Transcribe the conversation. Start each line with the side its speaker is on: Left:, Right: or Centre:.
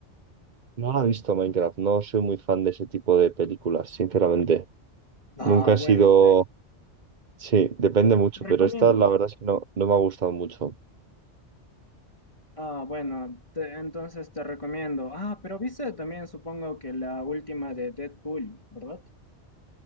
Right: No la he visto Minecraft, no soy muy fan de ese tipo de películas, sinceramente.
Left: Ah,
Right: Nunca
Left: bueno,
Right: he sido...
Left: te
Right: Sí, depende mucho,
Left: te recomiendo.
Right: pero esta la verdad es que no, no me ha gustado mucho.
Left: Ah, bueno, te- entonces te recomiendo. Ah, pero viste también, supongo que la última de Deadpool, ¿verdad?